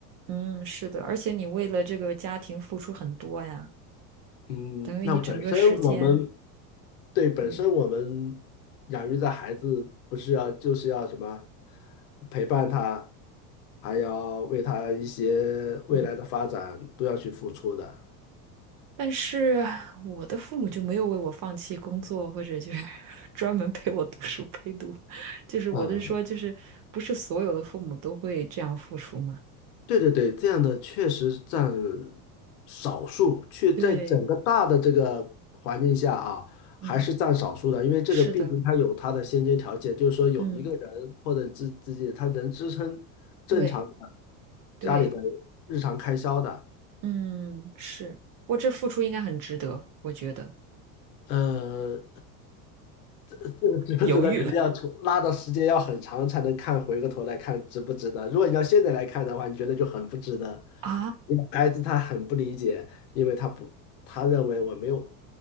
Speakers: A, on the right; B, on the left.
A: 嗯，是的，而且你为了这个家庭付出很多呀，
B: 嗯，
A: 等于你整个时间，
B: 那本身我们对本身我们养育的孩子，
A: 嗯
B: 不是要就是要什么陪伴他，还要为他一些未来的发展都要去付出的。
A: 嗯，但是我的父母就没有为我放弃工作，或者就是 <laughs> 专门陪我读书陪读，就是我的说，
B: 嗯，
A: 就是不是所有的父母都会这样付出嘛？
B: 对对对，这样的确实占少数，却在整个大的这个环境下啊，
A: 对，嗯，
B: 还是占少数的，因为这个毕竟它有它的先决条件，
A: 是的，
B: 就是说有一个人或者自自己他能支撑正常的
A: 嗯。对，对，
B: 家里的日常开销的，
A: 嗯，是，我这付出应该很值得，我觉得。
B: 呃，<laughs> 这个值不值得，
A: 犹豫了
B: 肯定要出拉的时间要很长才能看，回过头来看值不值得。如果你要现在来看的话，你觉得就很不值得。
A: <laughs> 啊，
B: 因为孩子他很不理解，因为他不，他认为我没有，